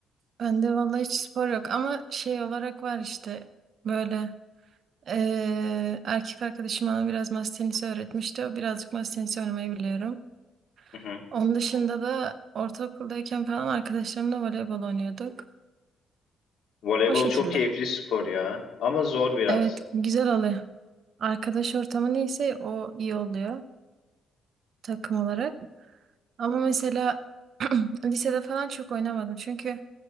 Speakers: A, on the right; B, on the left.
A: Ben de vallahi hiç spor yok ama şey olarak var işte böyle eee, erkek arkadaşım bana biraz masa tenisi öğretmişti. O birazcık masa tenisi oynamayı biliyorum.
B: Hı hı.
A: Onun dışında da ortaokuldayken falan arkadaşlarımla voleybol oynuyorduk.
B: Voleybol
A: O şekilde.
B: çok keyifli spor ya. Ama zor biraz.
A: Evet, güzel oluyor. Arkadaş ortamı neyse o iyi oluyor takım olarak. Ama mesela <clears throat> lisede falan çok oynamadım. Çünkü